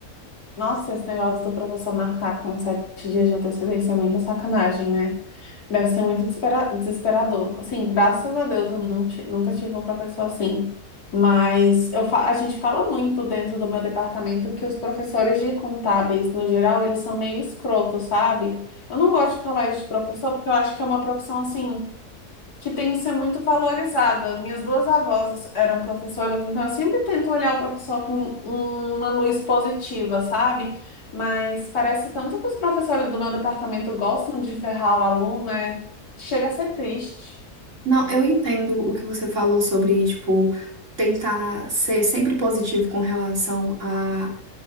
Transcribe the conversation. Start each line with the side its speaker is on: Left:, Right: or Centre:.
Left: Nossa, esse negócio do professor marcar com sete dias de antecedência é muita sacanagem, né? Deve ser muito desespera- desesperador. Assim, graças a Deus eu não ti- nunca tive um professor assim. Mas eu fa- a gente fala muito dentro do meu departamento que os professores de contábeis, no geral, eles são meio escrotos, sabe? Eu não gosto de falar isso de professor porque eu acho que é uma profissão assim. que tem que ser muito valorizada. Minhas duas avós eram professoras, então eu sempre tento olhar o professor com uma luz positiva, sabe? Mas parece tanto que os professores do meu departamento gostam de ferrar o aluno, é... chega a ser triste.
Right: Não, eu entendo o que você falou sobre, tipo, tentar ser sempre positivo com relação a